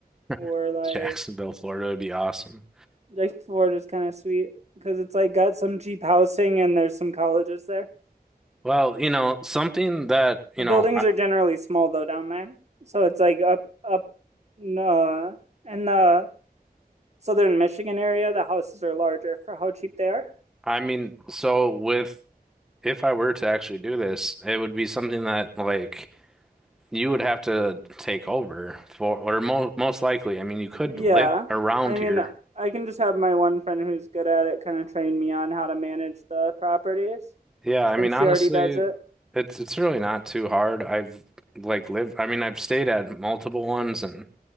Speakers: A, on the right (about 45°); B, in the centre.
A: or
B: <laughs>
A: like
B: Jacksonville, Florida would be awesome.
A: Jacksonville, Florida is kind of sweet because it's like got some cheap housing and there's some colleges there.
B: Well, you know, something that, you
A: The buildings
B: know, I,
A: are generally small though down there, so it's like up up uh, in the southern Michigan area. The houses are larger for how cheap they are.
B: I mean, so with if I were to actually do this, it would be something that like you would have to take over for, or mo most likely. I mean, you could
A: Yeah.
B: live around
A: I mean,
B: here
A: I can just have my one friend who's good at it kind of train me on how to manage the properties
B: Yeah, I
A: since
B: mean, honestly,
A: she already does it.
B: it's it's really not too hard. I've like lived, I mean, I've stayed at multiple ones and